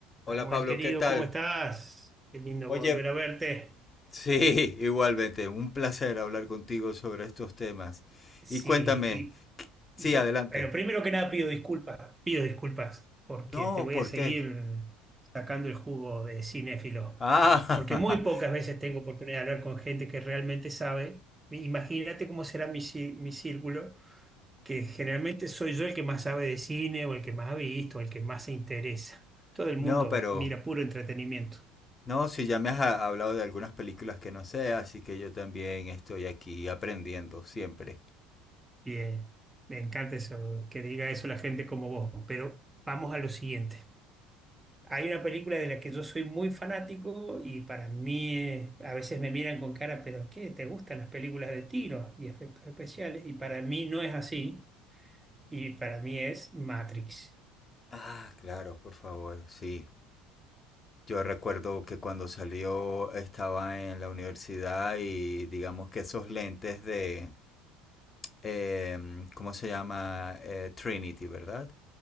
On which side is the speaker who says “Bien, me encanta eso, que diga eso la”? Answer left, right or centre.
Right